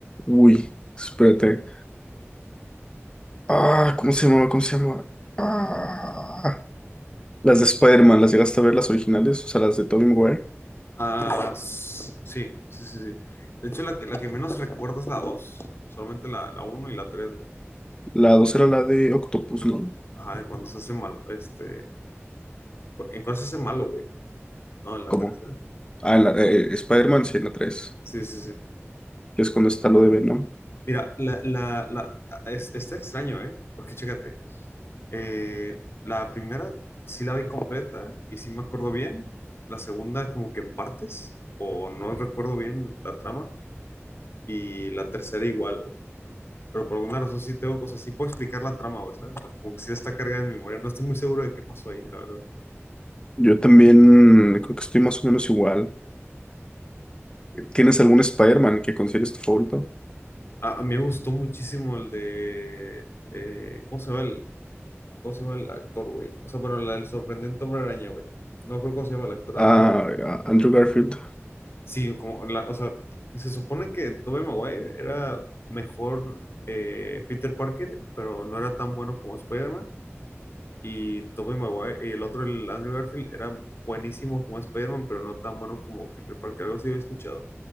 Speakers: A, on the left; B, on the left.
A: Uy, espérate. Ah, ¿cómo se llamaba? ¿Cómo se llamaba? Ah, las de Spider-Man, las llegaste a ver, las originales, o sea, las de Tobey Maguire.
B: Ah, s- sí, sí, sí, sí. De hecho, la que, la que menos recuerdo es la dos solamente la, la uno y la tres
A: La 2 era la de Octopus, ¿no?
B: Ajá, de cuando se hace mal, este, ¿en cuál se hace malo, güey? No, en la
A: ¿Cómo?
B: tercera.
A: Ah, en la, eh, eh, Spider-Man, sí, en la 3.
B: Sí, sí, sí.
A: que es cuando está lo de Venom.
B: Mira, la, la, la, es- está extraño, ¿eh? Porque chécate, eh, la primera sí la vi completa y sí me acuerdo bien, la segunda como que en partes, o no recuerdo bien la trama, y la tercera igual, güey. Pero por alguna razón sí tengo cosas, sí puedo explicar la trama, güey, ¿sabes? O sea, Como que sí está cargada en mi memoria, no estoy muy seguro de qué pasó ahí, la verdad.
A: Yo también creo que estoy más o menos igual. ¿Tienes algún Spider-Man que consideres tu favorito?
B: A, a mí me gustó muchísimo el de, eh, ¿cómo se llama? El, ¿Cómo se llama el actor, güey? O sea, bueno, la, el sorprendente hombre araña, güey. No creo cómo se llama el actor.
A: Ah,
B: Andrew-
A: a- Andrew Garfield.
B: Sí, como la, o sea, se supone que Tobey Maguire era mejor eh, Peter Parker, pero no era tan bueno como Spider-Man. Y Tobey Maguire, y el otro, el Andrew Garfield, era buenísimo como Spider-Man, pero no tan bueno como Peter Parker. Algo así había escuchado.